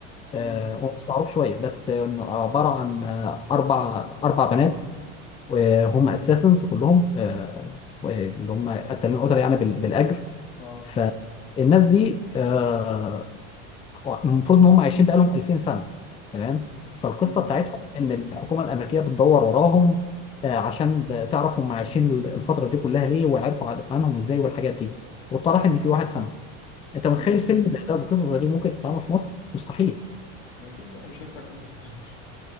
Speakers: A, on the left; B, on the left.
A: آه،
B: امم
A: هو مش معروف شويه بس إنه عباره عن آه، اربع اربع بنات وهم اساسنز كلهم آه، اللي هم قتالين قتله يعني بال- بالاجر
B: اه
A: فالناس دي آه، المفروض ان هم عايشين بقالهم 2000 سنه تمام فالقصه
B: امم
A: بتاعتهم ان الحكومه الامريكيه بتدور وراهم آه، عشان تعرف هم عايشين الفتره دي كلها ليه وعرفوا عن- عنهم ازاي والحاجات دي واتضح ان في واحد خانهم انت متخيل
B: امم
A: فيلم زي ده بقصه زي دي ممكن تتعمل في مصر؟ مستحيل
B: ما اكيد لا مش هينفع الكلام ده في مصر